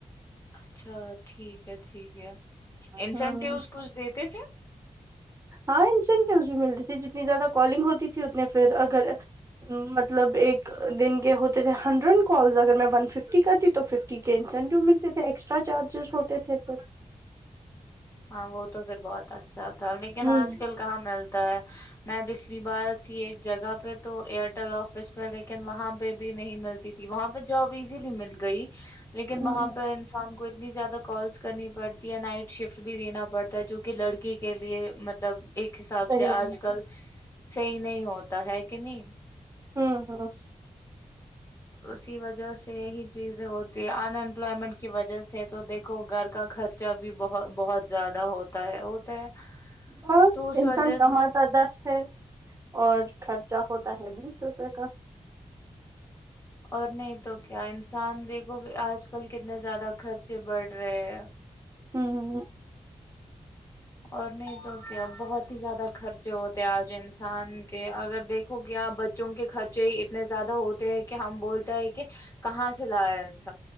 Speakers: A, on the left; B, on the right.
A: اچھا ٹھیک ہے ٹھیک ہے انسینٹیوز
B: ہوں
A: کچھ دیتے تھے
B: ہاں انسینٹیوز بھی ملتی تھی جتنی زیادہ کالنگ ہوتی تھی اتنے پھر ا مطلب ایک دن کے ہوتے تھے ہنڈریڈ کالز اگر میں ون فف کرتی تو فف کے انسینٹیو ملتے تھے ایکسٹرا چارجز ہوتے تھے پھر
A: ہاں وہ تو پھر بہت اچھا تھا لیکن
B: ہوں
A: آج کل کہاں ملتا <inaudible> میں پچھلی بار تھی ایک جگہ پہ تو ایئرٹیل آفس پہ لیکن وہاں پہ بھی نہیں ملتی تھی وہاں پہ جاب ایزیلی مل گئی لیکن
B: ہوں
A: وہاں پہ انسان کو اتنی زیادہ کالس کرنی پڑتی ہے نائٹ شفٹ بھی لینا پڑتا ہے جو کہ لڑکی کے لیے مطلب ایک حساب
B: ہ صحیح
A: سے
B: ہوں
A: آج کل صحی نہیں ہوتا ہے کہ نہیں
B: ہاں ہاں
A: اسی وجہ سے یہی چیزیں ہوتی ہے ان امپلائمنٹ کی وجہ سے تو دیکھو گھر کا خرچہ بھی بہت <inaudible> زیادہ ہوتا ہے ہوتا ہے
B: ہاں
A: تو اس
B: انسان
A: وجہ
B: کماتا
A: سے
B: دس ہے اور خرچہ ہوتا ہے بیس روپے کا
A: اور نہیں تو کیا انسان دیکھو <inaudible> آ کل کتنے زیادہ خرچے بڑھ رہے ہیں
B: ہوں
A: اور نہیں تو کیا بہت ہی زیادہ خرچے ہوتے آج انسان کے اگر دیکھو گ آپ بچوں کے خرچے ہی اتنے زیادہ ہوتے کہ ہم بولتے ہیں کہ کہاں سے لا انس